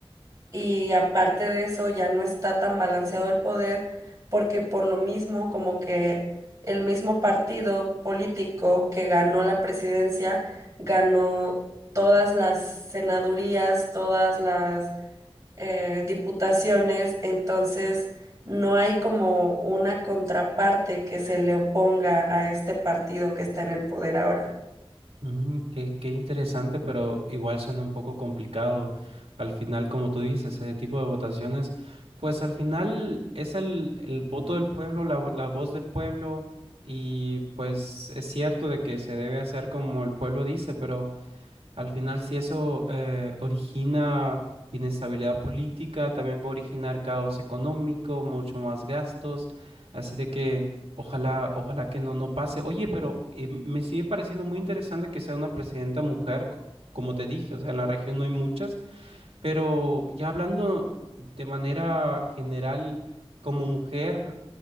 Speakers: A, on the right; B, on the right.
A: Y aparte de eso, ya no está tan balanceado el poder, porque por lo mismo, como que el mismo partido político que ganó la presidencia, ganó todas las senadurías, todas las eh, diputaciones, entonces no hay como una contraparte que se le oponga a este partido que está en el poder ahora.
B: Mm, qué, qué interesante, pero igual suena un poco complicado. Al final, como tú dices, ese tipo de votaciones, pues al final es el, el voto del pueblo, la, vo- la voz del pueblo, y pues es cierto de que se debe hacer como el pueblo dice, pero... Al final, si eso eh, origina inestabilidad política, también va a originar caos económico, mucho más gastos. Así de que ojalá, ojalá que no, no pase. Oye, pero eh, me sigue pareciendo muy interesante que sea una presidenta mujer, c- como te dije, o sea, en la región no hay muchas. Pero ya hablando de manera general, como mujer,